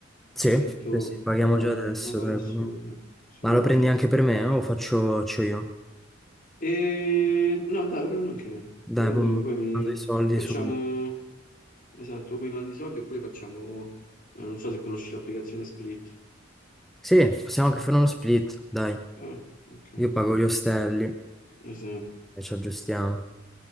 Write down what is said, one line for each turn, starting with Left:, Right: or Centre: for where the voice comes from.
Centre: Sì,
Left: Metto
Centre: sì, sì, paghiamo
Left: metto
Centre: già adesso,
Left: la password,
Centre: dai, boom.
Left: Sumi.
Centre: Ma lo prendi anche per me eh, o faccio, faccio io?
Left: E no, dai, lo prendo anche io. Lo
Centre: Dai,
Left: prendo
Centre: boom,
Left: io, poi mi
Centre: mando i soldi
Left: facciamo
Centre: su.
Left: esatto, o mi mandi i soldi oppure facciamo eh, non so se conosci l'applicazione Split.
Centre: Sì, possiamo anche fare uno split, dai.
Left: Eh, ok.
Centre: Io pago gli ostelli
Left: Esatto.
Centre: e ci aggiustiamo.